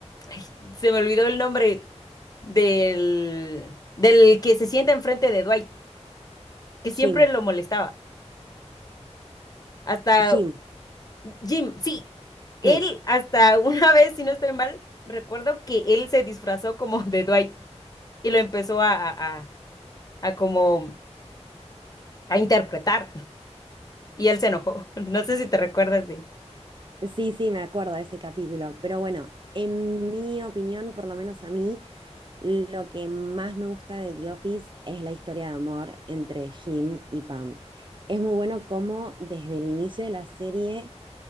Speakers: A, on the left; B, on the right.
A: ay, se me olvidó el nombre del del que se sienta enfrente de Dwight, que siempre
B: Jim.
A: lo molestaba. Hasta
B: Jim.
A: Jim, sí. Él
B: <laughs>
A: hasta una <laughs> vez, si no estoy mal, recuerdo que él se disfrazó como de Dwight y lo empezó a a, a a como a interpretar y él se enojó. <laughs> No sé si te recuerdas de.
B: Sí, sí, me acuerdo de ese capítulo, pero bueno, en mi opinión, por lo menos a mí, lo que más me gusta de The Office es la historia de amor entre Jim y Pam. Es muy bueno cómo desde el inicio de la serie